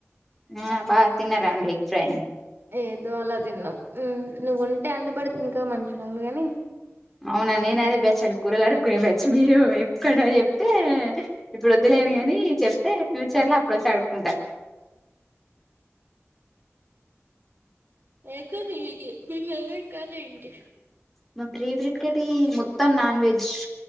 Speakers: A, in the centre; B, on the right.
A: న బాగా తిన్నారా అండి ఎగ్ ఫ్రై
B: ఏదో అలా తిన్నాం ఉమ్ నువ్వు తింటా అంటె ఇంకా మంచిగా ఉండు గానీ
A: అవునా నేను అదే బచ్చల కూరలు కడుక్కొని పర్చి మీర వేపు కోడ వేపుతె ఎప్పుడు చ ఇప్పుడు వద్దులేను కాని చెప్తే ఫ్యూచర్ లో అప్పుడు వచ్చి అడుక్కుంటారు
B: ఏ కర్రీ ఇగి మీ ఫేవరెట్ కర్రీ ఏంటి
A: మా ఫ్రీ బ్రిట్ కట్టీ మొత్తం నాన్ వెజ్